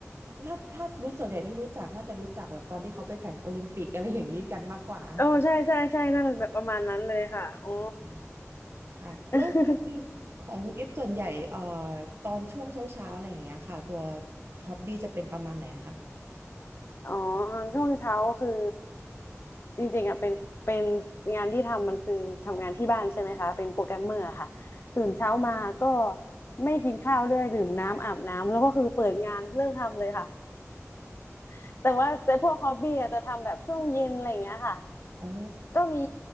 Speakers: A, on the right (about 50°); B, on the left (about 50°).
A: น่าถ้ารู้ส่วนใหญ่ที่รู้จักน่าจะรู้จักแบบตอนที่เขาไปแข่งโอลิมปิกอะไรอย่างนี้กันมากกว่า
B: โอ้ใช่ใช่ใช่นั่นแบบประมาณนั้นเลยค่ะอ๋อ
A: อืมค่ะแล้วคุณของคุณกิฟส่วนใหญ่เอ่อ
B: <laughs>
A: ตอนช่วงเช้าเช้าอะไรอย่างเงี้ยค่ะตัวฮ็อบบี้จะเป็นประมาณไหนอะคะ
B: อ๋อช่วงเช้าคือจริงๆอ่ะเป็นเป็นงานที่ทำมันคือทำงานที่บ้านใช่ไหมคะเป็นโปรแกรมเมอร์ค่ะตื่นเช้ามาก็ไม่กินข้าวด้วยดื่มน้ำอาบน้ำแล้วก็คือเปิดงานเริ่มทำเลยค่ะ <laughs> แต่ว่าแต่พวกฮอบบี้อะจะทำแบบช่วงเย็นอะไรอย่างเงี้ยค่ะ
A: อ๋อ
B: ก็มี